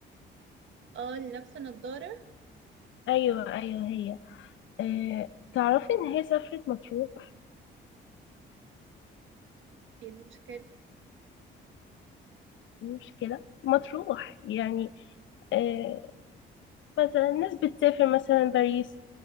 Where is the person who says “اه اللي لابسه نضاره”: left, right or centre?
Right